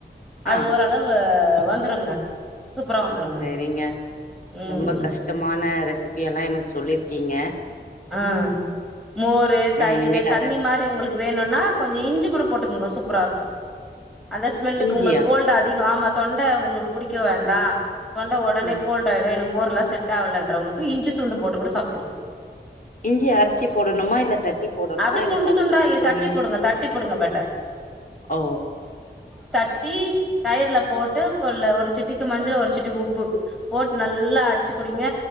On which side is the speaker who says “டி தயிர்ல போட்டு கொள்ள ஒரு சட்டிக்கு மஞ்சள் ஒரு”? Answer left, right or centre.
Centre